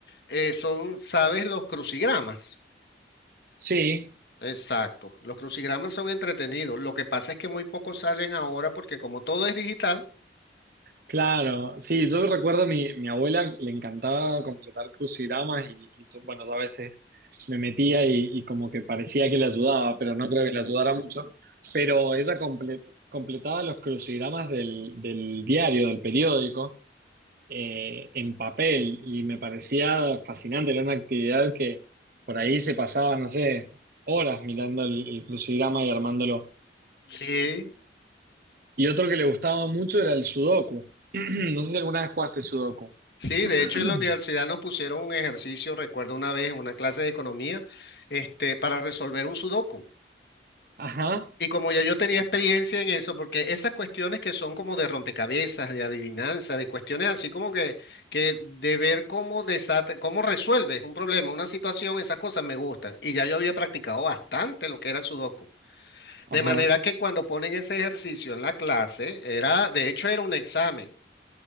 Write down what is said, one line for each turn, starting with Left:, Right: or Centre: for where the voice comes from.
Left: eh, son, ¿sabes? Los crucigramas.
Right: sí,
Left: Exacto, los crucigramas son entretenidos, lo que pasa es que muy pocos salen ahora porque como todo es digital,
Right: Claro, sí, yo recuerdo a mi, mi abuela le encantaba completar crucigramas y, y yo, bueno, yo a veces me metía y, y como que parecía que le ayudaba, pero no creo que le ayudara mucho. Pero ella comple- completaba los crucigramas del, del diario, del periódico, eh, en papel y me parecía fascinante, era una actividad que por ahí se pasaba, no sé, horas mirando el, el crucigrama y armándolo.
Left: Sí.
Right: Y otro que le gustaba mucho era el Sudoku. <clears throat> No sé si alguna vez jugaste Sudoku.
Left: Sí, de hecho
Right: <clears throat>
Left: en la universidad nos pusieron un ejercicio, recuerdo una vez en una clase de economía, este, para resolver un sudoku.
Right: Ajá,
Left: Y como ya yo tenía experiencia en eso, porque esas cuestiones que son como de rompecabezas, de adivinanza, de cuestiones así como que, que de ver cómo desata, cómo resuelves un problema, una situación, esas cosas me gustan. Y ya yo había practicado bastante lo que era el sudoku.
Right: ajá,
Left: De manera que cuando ponen ese ejercicio en la clase, era, de hecho era un examen.